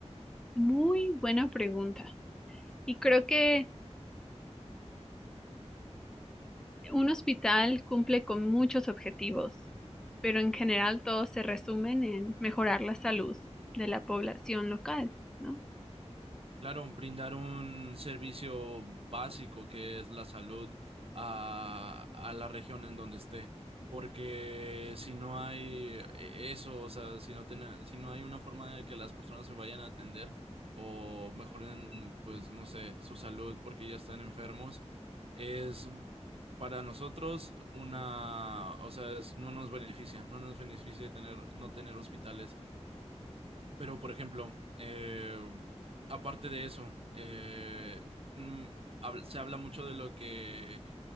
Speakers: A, in the centre; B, on the right (about 55°).
A: Muy buena pregunta. Y creo que Un hospital cumple con muchos objetivos, pero en general todos se resumen en mejorar la salud de la población local, ¿no?
B: Claro, brindar un servicio básico que es la salud a, a la región en donde esté, porque si no hay eh, eso, o sea, si no tiene- si no hay una forma de que las personas se vayan a atender o mejoren, pues no sé, su salud porque ya están enfermos, es para nosotros una, o sea, es- no nos beneficia, no nos beneficia tener, no tener hospitales. Pero, por ejemplo, eh, aparte de eso, eh, mm, hab- se habla mucho de lo que